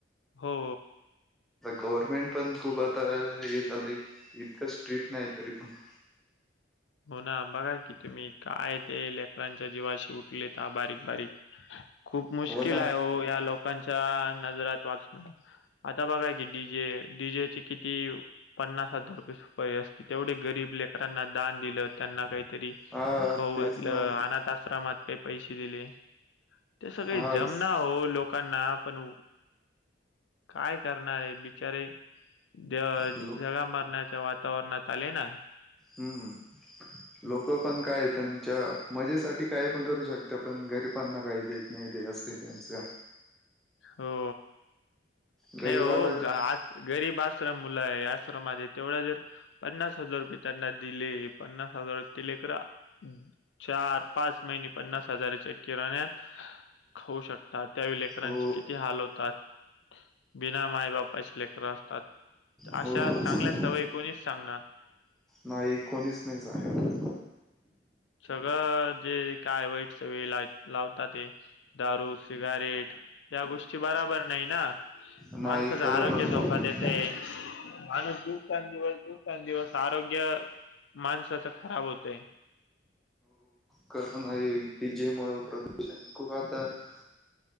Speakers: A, on the left; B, in the centre.
A: हो
B: गव्हर्नमेंट पणं खूंप आंता हे झालंय इतकं स्ट्रिक नाहीं तरी पणं
A: हो नां बघां की तुम्हीं कायं ते लेकरडांच्या जीवांशी उठले तरं बारीक बारीक खूंप मुश्किल
B: हो ना
A: आहे हो यां लोकांच्या नजरांत वाचणं आंता बघांय की डीजे डीजेचे किती पन्नास हजांर रुपये तेवढे गरीब लेकरांना दान दिलं त्यांना काहीतरी
B: हा
A: खाऊ
B: तेच
A: घातलं
B: ना मग
A: अनाथ आश्रमात क. पैसे दिले ते सग
B: हा
A: काळे जमना हो लोकांना पण काय करणारे बिचारे ज
B: लोक
A: जगा मारण्याच्या वा तवरण्यात आले ना.
B: हम्म लोक पण काय त्यांच्या. मजेसाठी काय पण करू शकता पण गरिबांना काही देत नाही द असं त्यांचं.
A: हो
B: गरीबाला
A: नाही हो
B: जे
A: आज गरीब आश्रम मुलं आहे आश्रमा मध्ये तेवढं जर पन्नास हजार रुपये त्यांना दिले पन्नास हजारलेकरा. चार पाच महिने पन्नास हजाराच्या किराणत. खाऊ शकतात त्या लेकरांचे
B: हो
A: किती हाल होतात. बिना मायबापाचे लेकरं असतात
B: हो
A: अशा
B: तुमचं
A: चांगल्या सवयी कोणीच सांगणार.
B: नाही कोणीच नाही सांगणार.
A: सगळं जे काय वाईट सवय लावतात ते. दारू सिगारेट या गोष्टी बराबर नाही ना.
B: नाही
A: माणसाचं
B: खरं
A: आरोग्य
B: बरोबर
A: धोका
B: नाही
A: देतंय. दिवसें- दिवस दिवसें- दिवस आरोग्य माणसाच खराब होतयं.
B: कारण आहे डीजेमुळ प्रदूषण खूप आता -